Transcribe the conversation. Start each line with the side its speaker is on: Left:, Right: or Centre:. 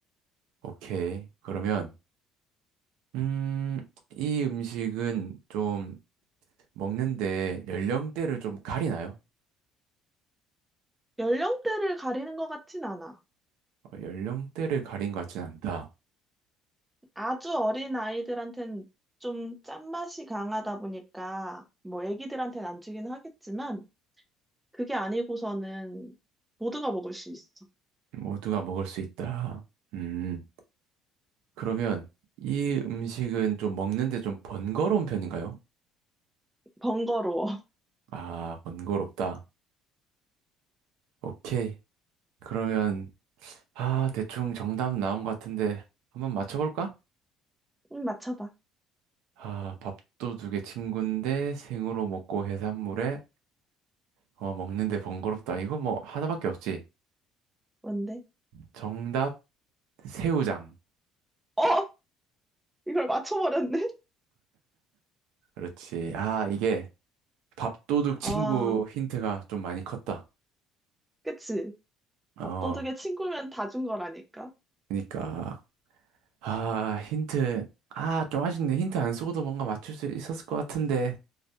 Right: 오케이. 그러면 음, 이 음식은 좀 먹는데 연령대를 좀 가리나요?
Centre: 연령대를 가리는 것 같진 않아.
Right: 어, 연령대를 가린 것 같진 않다.
Centre: 아주 어린 아이들한텐 좀 짠맛이 강하다 보니까 뭐 애기들한텐 안 주긴 하겠지만 그게 아니고서는 모두가 먹을 수 있어.
Right: 모두가 먹을 수 있다. 음, 그러면 이 음식은 좀 먹는데 좀 번거로운 편인가요?
Centre: 번거로워. <laughs>
Right: 아, 번거롭다. 오케이. 그러면 아, 대충 정답 나온 것 같은데 한번 맞춰볼까?
Centre: 음, 맞춰봐.
Right: 아, 밥도둑의 친구인데 생으로 먹고 해산물에 어, 먹는데 번거롭다. 이거 뭐 하나밖에 없지.
Centre: 뭔데?
Right: 정답 새우장.
Centre: 어! 이걸 맞춰버렸네? <laughs>
Right: 그렇지. 아, 이게 밥도둑 친구
Centre: 아,
Right: 힌트가 좀 많이 컸다.
Centre: 그치.
Right: 어,
Centre: 밥도둑의 친구면 다 준 거라니까.
Right: 그러니까 아, 힌트 아, 좀 아쉽네. 힌트 안 쓰고도 뭔가 맞출 수 있었을 것 같은데.